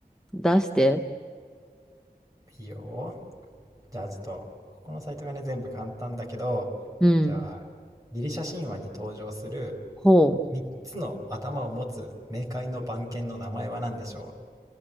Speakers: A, in the centre; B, on the right.
A: 出して。
B: いいよ。じゃあちょっと、ここのサイトがね、全部簡単だけど、
A: うん。
B: じゃあ、ギリシャ神話に登場する
A: ほう。
B: 3つの頭を持つ冥界の番犬の名前は何でしょ